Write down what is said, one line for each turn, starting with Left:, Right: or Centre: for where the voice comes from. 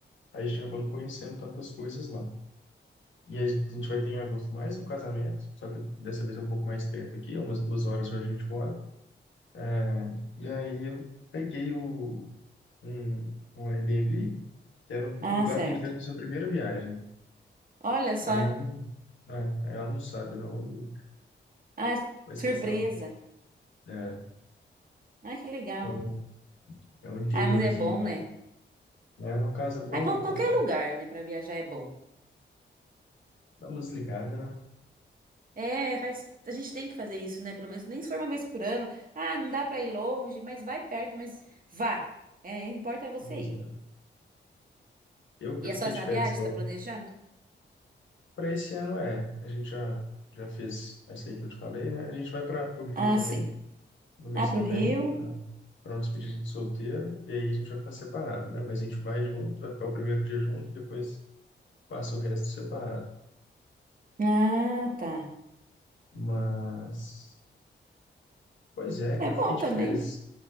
Left: Aí a gente acabou não conhecendo tantas coisas lá. E aí a gente vai ter em agosto mais um casamento, só que dessa vez é um pouco mais perto aqui, é umas duas horas de onde a gente mora. É, e aí eu peguei o, um, um Airbnb que era o
Right: Ah,
Left: lugar
Right: certo.
Left: que a gente fez nossa primeira viagem.
Right: Olha só.
Left: E aí ela não, né, aí ela não sabe, não, e
Right: Ah,
Left: vai ser
Right: surpresa.
Left: legal. É,
Right: Ai, que legal.
Left: é um, é um interiorzinho
Right: Ah, mas é bom,
Left: aqui.
Right: né?
Left: né, É uma casa boa,
Right: Ah, qual- qualquer
Left: com,
Right: lugar, né, pra viajar é bom.
Left: dá uma desligada, né?
Right: É, faz, a gente tem que fazer isso, né? Pelo menos nem se for uma vez por ano. Ah, não dá pra ir longe, mas vai perto, mas vá. É, importa é você
Left: Uma desligada.
Right: ir.
Left: Eu, eu
Right: E
Left: fiquei
Right: é só essa
Left: de férias
Right: viagem
Left: igual.
Right: que você tá planejando?
Left: Para esse ano é. A gente já, já fez essa aí que eu te falei, né? A gente vai para o Rio
Right: Ah,
Left: também,
Right: sim.
Left: no mês
Right: Ah, pro
Left: que
Right: Rio?
Left: vem, para um despedida de solteiro. E aí a gente vai ficar separado, né? Mas a gente vai junto, vai ficar o primeiro dia junto, depois passa o resto separado.
Right: Ah, tá.
Left: Mas. Pois é,
Right: É
Left: eu
Right: bom
Left: fiquei de
Right: também.
Left: férias.